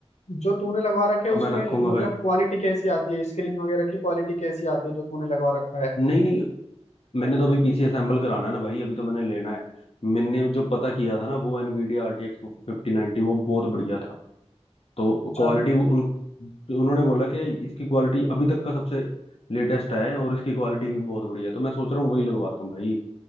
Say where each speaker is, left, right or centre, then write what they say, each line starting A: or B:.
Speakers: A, on the left; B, on the left.
A: जो तूने लगवा रखे है
B: तो
A: उसमें
B: मैं रखूंगा
A: मतलब
B: भाई
A: क्वालिटी कैसी आती है स्क्रीन वगैरह की क्वालिटी कैसी आती है जो तूने लगवा रखा है
B: नहीं नहीं मैंने तो अभी पीसी असेंबल कराना है ना भाई अभी तो मैंने लेना है मैंने जो पता किया था ना वो एनवीडिया आर टी एक्स फिफ्टीन नाइनटी वो बहुत बढ़िया था तो
A: चल
B: क्वालिटी उन उन्होंने बोला कि इसकी क्वालिटी अभी तक का सबसे लेटेस्ट है और इसकी क्वालिटी भी बहुत बढ़िया है तो मैं सोच रहा हूँ वही लगवाता हूँ भाई